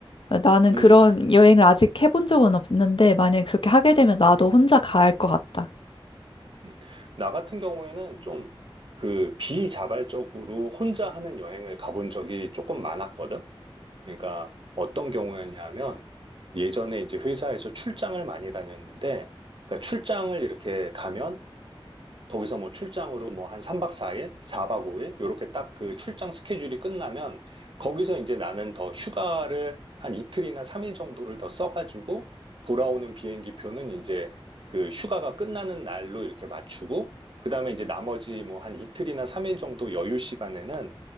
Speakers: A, on the left (about 65°); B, on the right (about 60°).
A: 나는
B: 음,
A: 그런 여행을 아직 해본 적은 없는데, 만약에 그렇게 하게 되면 나도 혼자 가야 할 것 같다.
B: 음. 나 같은 경우에는 좀 그 비자발적으로 혼자 하는 여행을 가본 적이 조금 많았거든. 그러니까 어떤 경우였냐면 예전에 이제 회사에서 출장을 많이 다녔는데, 그러니까 출장을 이렇게 가면 거기서 뭐 출장으로 뭐 한 3박 4일, 4박 5일, 요렇게 딱 그 출장 스케줄이 끝나면 거기서 이제 나는 더 휴가를 한 이틀이나 3일 정도를 더 써가지고 돌아오는 비행기 표는 이제 그 휴가가 끝나는 날로 이렇게 맞추고 그다음에 이제 나머지 뭐 한 이틀이나 3일 정도 여유 시간에는